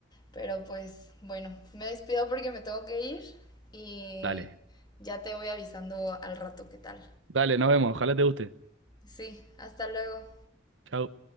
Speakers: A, on the left (about 20°); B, on the right (about 75°).
A: Pero pues bueno, me despido porque me tengo que ir y
B: dale.
A: ya te voy avisando al rato qué tal.
B: Dale, nos vemos. Ojalá te guste.
A: Sí, hasta luego.
B: Chau.